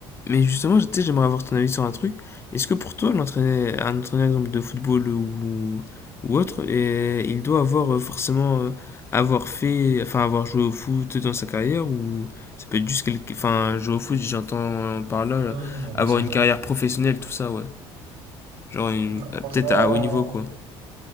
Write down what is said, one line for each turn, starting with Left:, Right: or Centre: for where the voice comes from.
Left: Mais justement, tu sais, j'aimerais avoir ton avis sur un truc. Est-ce que pour toi, l'entraîneur- un entraîneur exemple, de football ou, ou autre, et il doit avoir euh, forcément euh, avoir fait, enfin avoir joué au foot dans sa carrière ou ça peut être juste quelque, enfin jouer au foot, j'entends par là euh,
Right: Mm, un
Left: avoir
Right: ancien
Left: une
Right: joueur.
Left: carrière professionnelle, tout ça, ouais. Genre une-
Right: Non, franchement,
Left: euh, peut-être à haut niveau quoi.